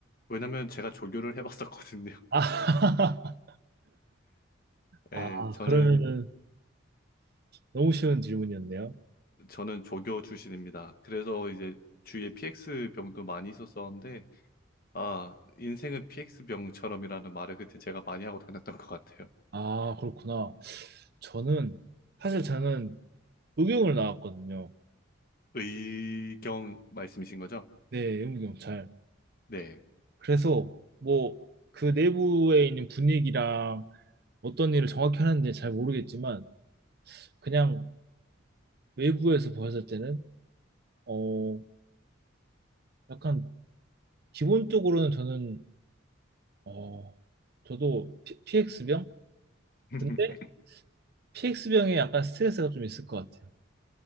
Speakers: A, on the left (about 45°); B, on the right (about 50°).
A: 왜냐면 제가 조교를 해봤었거든요. <laughs>
B: 아, <laughs>
A: 네,
B: 아,
A: 저는,
B: 그러면은 너무 쉬운 질문이었네요.
A: 저는 조교 출신입니다. 그래서 이제 주위에 PX 병도 많이 있었었는데, 아, 인생은 PX 병처럼이라는 말을 그때 제가 많이 하고 다녔던 것 같아요.
B: 아, 그렇구나. 저는, 사실 저는 의경을 나왔거든요.
A: 의경 말씀이신 거죠?
B: 네, 의무경찰.
A: 네.
B: 그래서, 뭐, 그 내부에 있는 분위기랑 어떤 일을 정확히 하는지 잘 모르겠지만, 그냥 외부에서 보았을 때는, 어, 약간, 기본적으로는 저는, 어, 저도 피, PX병?
A: <laughs>
B: 근데 PX병에 약간 스트레스가 좀 있을 것 같아요.